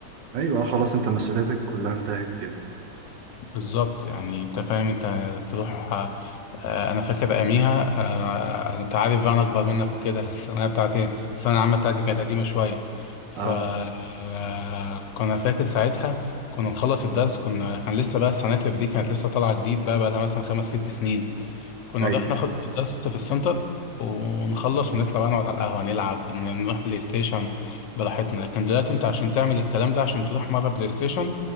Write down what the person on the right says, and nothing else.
ايوه آه، خلاص انت مسؤولياتك كلها انتهت كده
اه
ايوه